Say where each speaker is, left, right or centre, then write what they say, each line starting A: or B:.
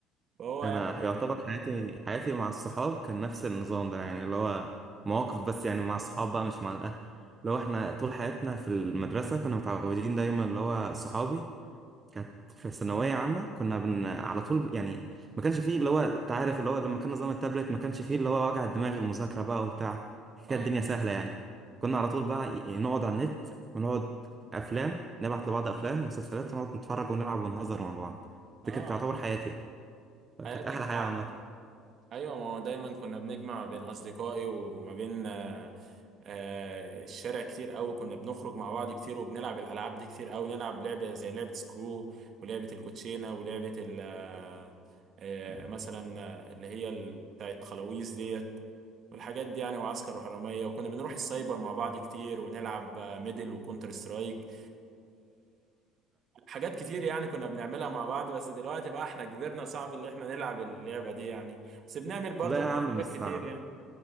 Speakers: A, on the right; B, on the right.
A: فهو
B: انا يعتبر
A: يعني
B: حياتي حياتي مع الصحاب كان نفس النظام ده يعني اللي هو مواقف بس يعني مع الصحاب بقى مش مع الأهل اللي هو احنا طول حياتنا في المدرسة كنا متعودين دايما اللي هو صحابي كانت في ثانوية عامة كنا بن على طول ب... يعني ما كانش فيه اللي هو انت عارف اللي هو لما كان نظام التابلت ما كانش فيه اللي هو وجع الدماغ المذاكرة بقى وبتاع
A: اه
B: كانت الدنيا سهلة يعني كنا على طول بقى ي- نقعد على النت ونقعد أفلام نبعت لبعض أفلام ومسلسلات ونقعد نتفرج ونلعب ونهزر مع بعض
A: اه
B: دي كانت تعتبر حياتي كانت
A: حياتك
B: أحلى حياة
A: معنا
B: عامة
A: ايوه ما هو دايما كنا بنجمع ما بين اصدقائي وما بين آه، آه، الشارع كتير قوي كنا بنخرج مع بعض كتير وبنلعب الالعاب دي كتير قوي نلعب لعبه زي لعبه سكرو ولعبه الكوتشينه ولعبه ال آه، آه، مثلا آه، اللي هي ال- بتاعت خلاويص ديت والحاجات دي يعني وعسكر وحراميه وكنا بنروح السايبر مع بعض كتير ونلعب آه، ميدل وكونتر سترايك حاجات كتير يعني كنا بنعملها مع بعض بس دلوقتي بقى احنا كبرنا صعب اللي احنا نلعب اللعبة دي يعني بس بنعمل برضه
B: لا
A: مغامرات
B: يا عم مش صعب
A: كتير يعني